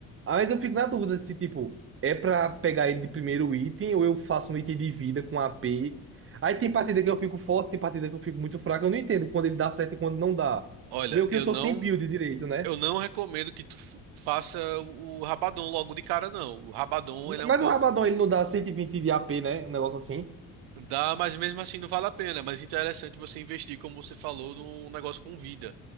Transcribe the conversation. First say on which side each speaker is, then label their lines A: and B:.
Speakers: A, on the right; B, on the right.
A: Mas eu fico na dúvida se, tipo, é pra pegar ele de primeiro item ou eu faço um item de vida com a p Aí tem partida que eu fico forte, tem partida que eu fico muito fraco. Eu não entendo quando ele dá certo e quando não dá.
B: Olha,
A: Meio que
B: eu
A: eu tô
B: não,
A: sem build direito, né?
B: eu não recomendo que tu f- faça o Rabadon logo de cara, não. O Rabadon, ele é
A: Mas
B: um pouco.
A: o Rabadon, ele não dá 120 de a p né? Um negócio assim.
B: Dá, mas mesmo assim não vale a pena. Mas interessante você investir, como você falou, num negócio com vida.